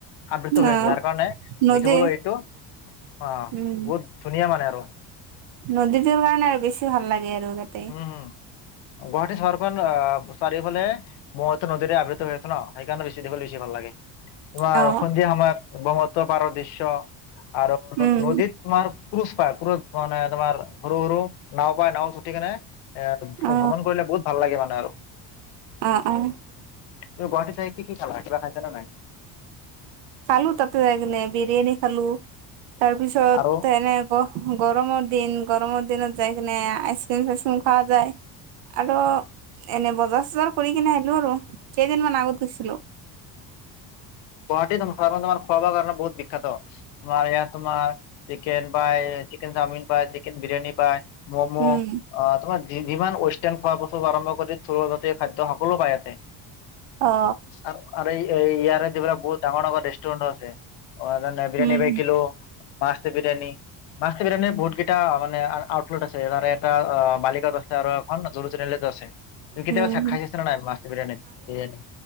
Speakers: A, on the left (about 70°); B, on the right (about 70°).
A: আবৃত হৈ
B: আহ,
A: আছে। যাৰ কাৰণে
B: নদী
A: দেখিবলৈ এইটো অ,
B: উম
A: বহুত ধুনীয়া মানে আৰু।
B: নদীটোৰ কাৰণে আৰু বেছি ভাল লাগে আৰু তাতে।
A: উম, হু। গুৱাহাটী চহৰখন অ, চাৰিফালে ব্ৰহ্মপুত্ৰৰ নদীৰে আবৃত্ত হৈ আছে ন, সেইকাৰণে বে - দেখিবলৈ বেছি ভাল লাগে। তোমাৰ
B: অ
A: সন্ধিয়া সময়ত ব্ৰহ্মপুত্ৰ পাৰৰ দৃশ্য আৰু
B: উম
A: নদীত তোমাৰ পুৰুষ পায়, পুৰুষ মানে তোমাৰ সৰু সৰু নাও পায়, নাওত উঠি কেনে এ ভ্ৰমণ
B: অ
A: কৰিলে বহুত ভাল লাগে মানে আৰু।
B: অ- অ।
A: তুমি গুৱাহাটী চাই কি কি খালা, কিবা খাইচা নে নাই?
B: খালোঁ তাতে যায় কেনে, বিৰিয়ানী খালোঁ। তাৰপিছত
A: আৰু
B: এনে গৰমৰ দিন, গৰমৰ দিনত যাই কিনে আইচক্ৰীম- চাইচক্ৰীম খোৱা যায়। আৰু এনে বজাৰ - চজাৰ কৰি কিনে আহিলোঁ আৰু কেইদিনমান আগত গৈছিলোঁ।
A: গুৱাহাটী চহৰ খনত তোমাৰ খোৱা বোৱাৰ কাৰণে বহুত বিখ্যাত, তোমাৰ ইয়াত তোমাৰ চিকেন পাই চিকেন, চাওমিন পায়, চিকেন বিৰিয়ানি পায়, ম'মো
B: উম
A: অ, তোমাৰ যিমান ৱেষ্টাৰ্ণ খোৱা বস্তুৰ লগতে থলুৱা খাদ্য সকলো পায় ইয়াতে।
B: অ
A: আৰো ইয়াৰে যিবিলাক বহুত ডাঙৰ- ডাঙৰ ৰেষ্টুৰেন্ট আছে, অ, বিৰিয়ানী
B: উম
A: by kilo must biryani. Must biryani বহুত কেইটা মানে <unintelligible> আছে, তাৰে এটা মালিগাঁৱত আছে আৰু এখন জু ৰোড তিনি আলিটো আছে। তুমি কেতিয়াবা
B: উম
A: <unintelligible>
B: উম
A: খাই চাইছানে নাই মাষ্ট বিৰিয়ানীত বিৰিয়ানী?